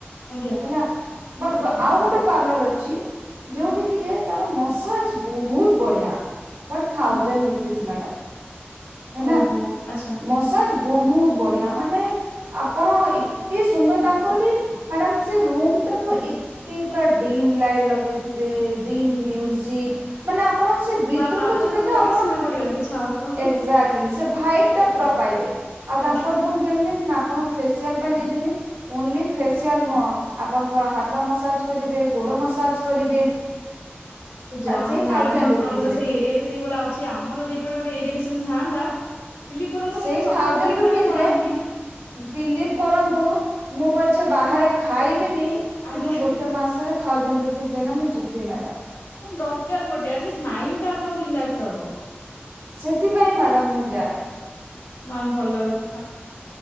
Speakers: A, on the left; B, on the right.
A: ଆଜ୍ଞା
B: ହେଲା ବଟ ଆଉ ଗୋଟେ ପାର୍ଲର ଅଛି
A: ହୁଁ
B: ଯୋଉଠି କି ଯେ ତାର ମସାଜ୍ ବହୁତ ବଢିଆ ବଟ୍ ଥାଉଜଣ୍ଡ
A: ହୁଁ
B: ରୁପିସ୍ ମ୍ୟାଡ଼ମ ହେଲା
A: ଓହୋ
B: ମ
A: ଆଚ୍ଛା।
B: ମସାଜ୍ ବହୁତ ବଢିଆ ମାନେ ଆପଣ ଏତେ ସୁନ୍ଦର ତାଙ୍କର ବି ମ୍ୟାଡାମ ସେ ରୁମ ଟାକୁ ଏ ପୁରା ଡିମ୍ ଲାଇଟ୍ ଲଗେଇଥିବେ ଡିମ୍ ମ୍ୟୁଜିକ ମାନେ ଆପଣ ସେ ଭିତରକୁ
A: ବା ବା, ବାପଣ
B: ଯିବେ
A: ମତେ
B: ତ
A: ଲାଗେ
B: ଆପଣ
A: ଶୋଇପଡିବାକୁ ଇଚ୍ଛା ହବ ତ।
B: ଏକ୍ଜାକ୍ଟଲି ସେ ଭାଇପ୍ ଟା ପୁରା ପାଇବେ, ଆଉ ତାଙ୍କର
A: ଆଜ୍ଞା।
B: ପୁଣି କେମିତି ଜାଛନ୍ତି ନା ଆପଣ ଫେସିଆଲ ପାଇଁ ଯାଇଛନ୍ତି। ଓନ୍ଲି ଫେସିଆଲ ନୁହଁ, ଆପଣଙ୍କର ହାତ ମସାଜ କରିବେ, ଗୋଡ ମସାଜ କରିବେ।
A: ଉ ଯାହା
B: ସେଇ
A: ହଉ ମ୍ୟାଡାମ
B: ଥାଉଜେଣ୍ଡ
A: ଆପଣଙ୍କର
B: ରୁପିଜ
A: ସେଇ ଏରିଆ ରେ ସେଇଭଳିଆ ଅଛି, ଆମର ଯଦି ଏଇପଟେ ଗୋଟେ ଏରିଆରେ ସେମିତି ଥାନ୍ତା ବିଲିଭ କରନ୍ତୁ
B: ସେଇ
A: ମୁଁ ସତକୁ
B: ଥାଉଜେଣ୍ଡ
A: ଦିଥର
B: ରୁପିଜ
A: ପଳାନ୍ତି।
B: ରେ ବିଲିଭ କରନ୍ତୁ ମୁଁ ପଛେ ବାହାରେ ଖାଇବିନି
A: ଆଜ୍ଞା
B: କିନ୍ତୁ ଗୋଟେ ମାସରେ ଥାଉଜେଣ୍ଡ ରୁପିସ ଦେନେ ମୁଁ ଯିବି ମ୍ୟାଡ
A: ଦରକାର ଗୋଟେ, ଆଟଲିଷ୍ଟ ମାଇଣ୍ଡ ଟା ଆପଣଙ୍କ ରିଲାକ୍ସ ହବ।
B: ସେଥିପାଇଁ ମ୍ୟାଡମ ମୁଁ ଯାଏ।
A: ମାମ୍ ଭଲ କଥା।